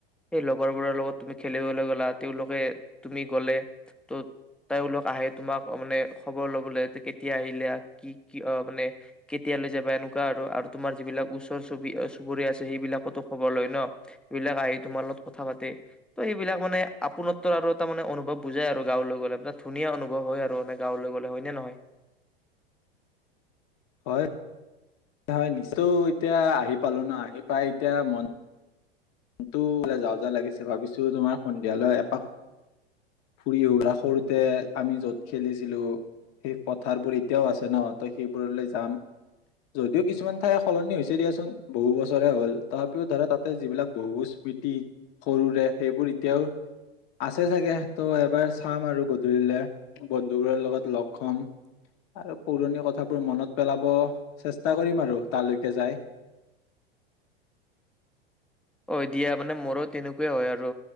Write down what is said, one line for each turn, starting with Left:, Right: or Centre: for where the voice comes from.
Centre: সেই লগৰবোৰৰ লগত তুমি খেলিবলৈ গ'লা তেওঁলোকে তুমি গ'লে ত তেওঁলোক আহে তোমাক মানে খবৰ ল'বলৈ কেতিয়া আহিলে কি কি মানে কেতিয়াালৈ যাবা এনেকুৱা আৰু আৰু তোমাৰ যিবিলাক। ওচৰ চুবি চুবুৰীয়া আছে সেইবিলাকতো খবৰ লয় ন সবিলাক আহি তোমাৰ লগত কথা পাতে ত' সেইবিলাক মানে আপোনত্তৰ আৰু এটা মানে অনুভৱ বুজাই আৰু গাঁৱলৈ গলে পৰা ধুনীয়া অনুভৱ হয় আৰু মানে গাঁৱলৈ গলে হয় নে নহয়?
Left: হয়। হয় নিশ্চয় এতিয়া আহি পালো ন আহি পাই এতিয়া মন। টো যা যা লাগিছে ভাবিছো তোমাৰ সন্ধিয়ালৈ এপাক ফুৰি হুঘৰা সৰুতে আমি যত খেলিছিলো সেই পথাৰবোৰ এতিয়াও আছে ন ত সেইবোৰলৈ যাম যদিও কিছুমান ঠাই সলনি হৈছে দিয়াচোন বহু বছৰে হ'ল তথাপিও ধৰা তাতে যিবিলাক। বহু স্মৃতি সৰুৰে সেইবোৰ এতিয়াও আছে চাগে ত' এবাৰ চাম আৰু গধূলে বন্ধুবোৰৰ লগত লগ হম আৰু পুৰণি কথাবোৰ মনত পেলাব চেষ্টা কৰিম আৰু তালৈকে যায়।
Centre: অ দিয়া মানে মোৰো তেনেকুৱাই হয় আৰু